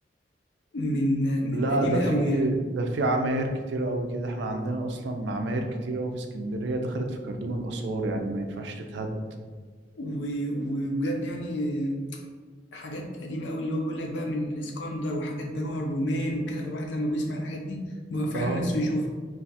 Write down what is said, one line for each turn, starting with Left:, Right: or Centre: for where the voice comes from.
Left: من من
Right: لا
Left: قديمة
Right: ده
Left: قوي
Right: في
Left: يعني
Right: ده في عماير كتيرة قوي كده احنا عندنا اصلا عماير كتير قوي في اسكندرية دخلت في كردون الآثار يعني ما ينفعش تتهد
Left: و- وبجد يعني حاجات قديمة قوي اللي هو بيقول لك بقى من الإسكندر وحاجات بنوها الرومان وكده فالواحد لما بيسمع الحاجات دي بيبقى فعلا
Right: اه
Left: نفسه يشوفها